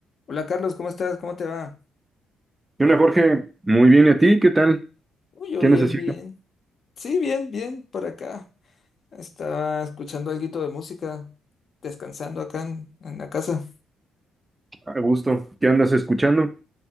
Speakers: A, on the left; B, on the right.
A: Hola Carlos, ¿cómo estás? ¿Cómo te va?
B: ¿Qué onda, Jorge? Muy bien, ¿y a ti? ¿Qué tal?
A: Uy, yo
B: ¿Qué
A: bien,
B: necesitas?
A: bien. Sí, bien, bien, por acá. Estaba escuchando alguito de música, descansando acá en, en la casa.
B: A gusto. ¿Qué andas escuchando?